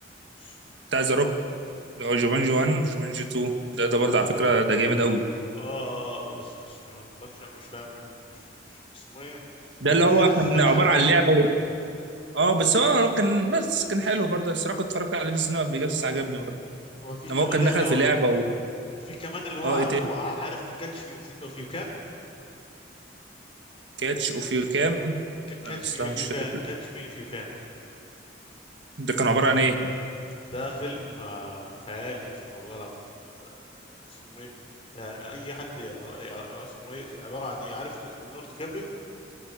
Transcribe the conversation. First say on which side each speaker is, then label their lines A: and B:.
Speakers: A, on the left; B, on the right.
A: مش-
B: بتاع ذا روك اللي هو جومانجي 1 جومانجي 2 ده ده برضه على فكره ده جامد قوي
A: اه آه، بس مش ما اتفرجش مش فاهم مش مش اسمه ايه
B: ده اللي
A: حسيت
B: هو
A: حسيته
B: كان
A: مش
B: عباره
A: عاجبني
B: عن لعبه و... اه بس هو كان بس كان حلو برضه الصراحه كنت اتفرجت عليه في السينما قبل كده بس عجبني برضه
A: وفي كمان
B: لما هو كان
A: اللي
B: دخل
A: هو
B: في لعبه و...
A: في كمان اللي هو
B: اه
A: عارفه
B: ايه تاني
A: ع- عارف كاتش مي اوف يو كان
B: كاتش اوف يو كام
A: كاتش
B: انا الصراحه
A: مي اف
B: مش
A: يو
B: فاكر
A: كان كاتش مي اف يو كان
B: ده كان عباره عن ايه
A: ده فيلم آه، خيال يا اسطى والله العظيم آه، اسمه ايه يعني اي حد يع- يع- اسمه ايه عباره عن ايه عارف ليوناردو كابريو